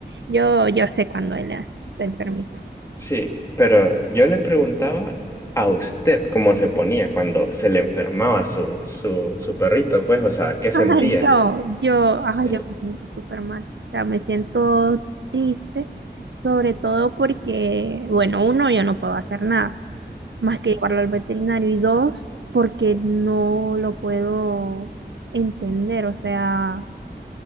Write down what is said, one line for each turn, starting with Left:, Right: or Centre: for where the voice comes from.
Right: yo, yo sé cuando él está enfermito.
Left: Sí, pero yo le preguntaba a usted cómo se ponía cuando se le enfermaba su, su, su perrito, pues, o sea, ¿qué sentía?
Right: Ay, yo, yo,
Left: Sí.
Right: ay, yo me siento súper mal. O sea, me siento triste, sobre todo porque, bueno, uno, yo no puedo hacer nada más que llevarlo al veterinario y dos, porque no lo puedo entender. O sea,